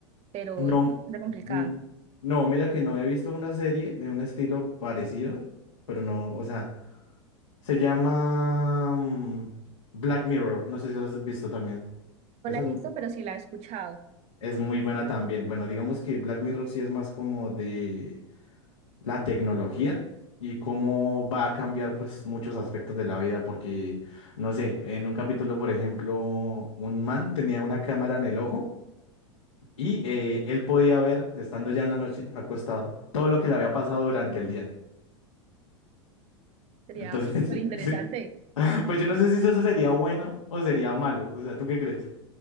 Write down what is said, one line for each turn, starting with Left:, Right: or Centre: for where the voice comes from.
Right: pero
Left: No,
Right: es bastante complicada.
Left: mm, no, mira que no he visto una serie de un estilo parecido, pero no, o sea, se llama mm, Black Mirror, no sé si lo has visto también.
Right: No
Left: Esa
Right: la he
Left: es,
Right: visto,
Left: mu-
Right: pero sí la he escuchado.
Left: es muy buena también. Bueno, digamos que Black Mirror sí es más como de la tecnología y cómo va a cambiar pues muchos aspectos de la vida, porque, no sé, en un capítulo, por ejemplo, un man tenía una cámara en el ojo. Y eh, él podía ver, estando ya en la noche, acostado, todo lo que le había pasado durante el día.
Right: Sería
Left: Entonces,
Right: súper interesante.
Left: <laughs> sí, pues yo no sé si eso sería bueno o sería malo. O sea, ¿tú qué crees?